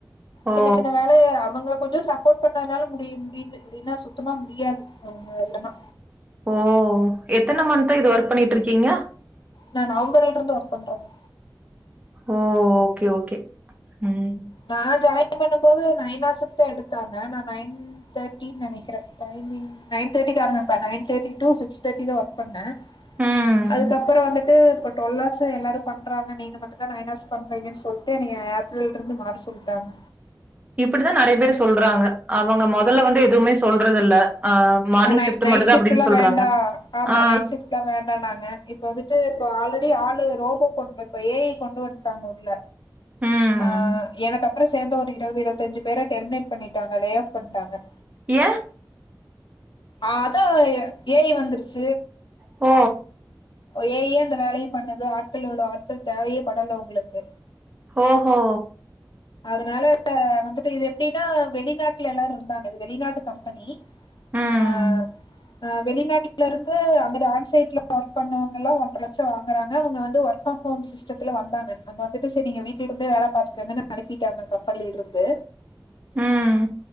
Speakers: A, on the right; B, on the left.
A: ஓ!
B: சின்ன சின்ன வேலைய அவங்க கொஞ்சோ சப்போர்ட் பண்ணதுனால முடியு முடிது இல்லினா சுத்தமா முடியாது அவுங்க இல்லனா
A: ஓ எத்தன மன்த்தா இது ஒர்க் பண்ணிட்ருக்கீங்க
B: நா நவும்பர்ல்ருந்து ஒர்க் பண்றேங்க
A: ஓ ஓகே ஓகே ம்
B: நா ஜாயின் பண்ணம்போது நைனாசத்தா எடுத்தாங்க நா நைன் நைன் தேர்ட்டின் நெனைக்றே டைமிங் நைன் தேர்டிக்கு ஆரமிப்பா நைன் தேர்ட்டி டு சிக்ஸ் தேர்ட்டிதா ஒர்க் பண்ணே
A: ம்.
B: அதுக்கப்பறோ வந்துட்டு பொட் டுவல் ஹார்ஸ எல்லாரும் பண்றாங்க நீங்க மட்டுந்தா நைன் ஹார்ஸ் பண்றீங்கன் சொல்ட்டு எனைய ஆப்ரல்ருந்து மாத் சொல்ட்டாங்க
A: இப்புடிதா நெறைய பேரு சொல்றாங்க அவங்க மொதல்ல வந்து எதுவுமே சொல்றது இல்ல ஆ மார்னிங்
B: ஆ நை
A: ஷிஃப்ட்
B: நைட்
A: மட்டும் தான்
B: ஷிஃப்டுலா
A: அப்படின்னு சொல்றாங்க.
B: வேண்டா ஆமா
A: ஆ.
B: நைட் ஷிஃப்ட்லா வேண் டானாங்க இப்ப வந்துட்டு இப்ப ஆல்ரெடி ஆளு ரோபோ கொண்போ இப்ப ஏ ஐ கொண்டு வன்ட்டாங்க உள்ள
A: ம்.
B: அ எனக்கப்பறோ சேந்த ஒரு இருவது இருவத்தஞ்சி பேர டெர்மினேட் பண்ணிட்டாங்க லே ஆஃப் பண்ட்டாங்க
A: ஏ
B: ஆ அதா ஏ ஐ வந்துருச்சு
A: ஓ
B: ஏ ஐ அந்த வேலயப் பண்ணுது ஆட்களுல ஆட்கள் தேவையேப் படல உங்ளுக்கு
A: ஓஹோ
B: அதனால வந்துட்டு இது எப்டினா வெளிநாட்ல எல்லாருந்தாங்க இது வெளிநாட்டு கம்பெனி
A: ம்.
B: ஆ ஆ வெளிநாட்லருந்து அங்கத ஆன் சைட்ல ஒர்க் பண்ணவங்கல்லா ஒன்ற லட்சோ வாங்கறாங்க அவுங்க வந்து ஒர்க் ஃப்ரம் ஹோம்ஸ் இஷ்டத்துல வந்தாங்க அங்க வந்துட்டு செரி நீங்க வீட்லருந்தே வேல பாத்துக்கங்கனு அனுப்பிட்டாங்க கம்பெனில்ருந்து
A: ம்.